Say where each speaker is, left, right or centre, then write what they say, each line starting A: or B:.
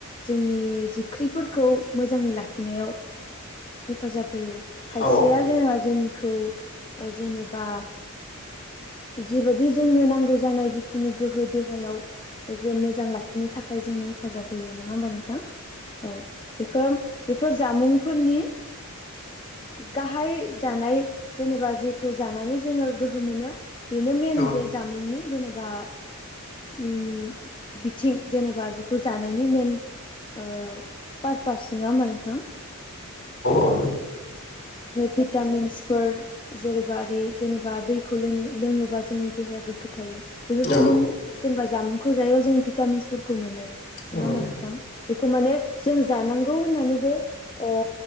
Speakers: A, on the left; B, on the left.
A: जोंनि जि ओंख्रिफोरखौ मोजाङै लाख लाखिनायाव हेफाजाब होयो। खायसेया
B: औ
A: जेनेबा जोंखौ ओ जेनेबा जिबायदि जोंनो नांगौ जानाय जिखिनि गोहो देहायाव जे मोजां लाखिनो थाखाय जोंनो हेफाजाब होयो नङा होमबा नोंथां औ बेखो बेफोर जामुंफोरनि गाहाय जानाय जेनेबा जेखौ जानानै जोङो गोहो मोनो बेनो मेन
B: औ
A: जे जामुंनि जेनेबा उम बिथिं जेनेबा जेखौ जानायनि मेन ओ पारपस नङा होमबा नोंथां
B: औ
A: भिटामिन्सफोर जेरैबा जेनेबा दैखौ लोङोबा जोंनि देहाया गोग्गो थायो बेफोरबायदिनो
B: जों
A: जेनेबा जामुं <unintelligible> जायोबा जों भिटामिन्सफोरखौ मोनो नङा
B: औ औ
A: होमबा नोंथां बेखौ माने जों जानांगौ होननानै ओ